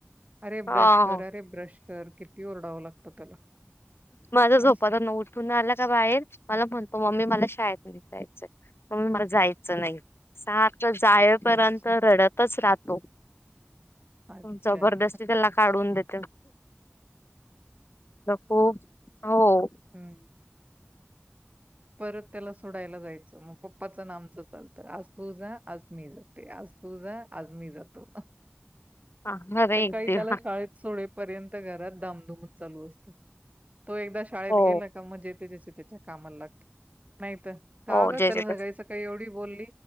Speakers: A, on the right (about 35°); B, on the left (about 70°).
A: अरे
B: ह.
A: ब्रश करा रे ब्रश कर किती ओरडावं लागतं त्याला
B: माझा झोपातुन
A: असं.
B: उठून आला का बाहेर मला म्हणतो मम्मी मला शाळेत जायचय म मला जायच नायी, सरख तर जायपर्यंत
A: अच्छा,
B: रडतच राहतो.
A: अच्छा.
B: जबरदस्ती त्याला काढून देते, खूप हो
A: हम्म. परत त्याला सोडायला जायच, मग पप्पाच अन आमच चालत, आज तू जा आज मी जाते, आज तू जा, आज मी जातो.
B: अरे
A: सकाळी
B: एक देवा
A: त्याला शाळेत सोडेपर्यंत घरात धामधूमच चालू असते. तो एकदा शाळेत
B: हो
A: गेला का मग जे ते ज्याच्या त्याच्या कामाला लागत नाहीत, का
B: हो
A: ग
B: जय
A: त्याला
B: जगदीश.
A: सकाळी सकाळी एवढी बोलली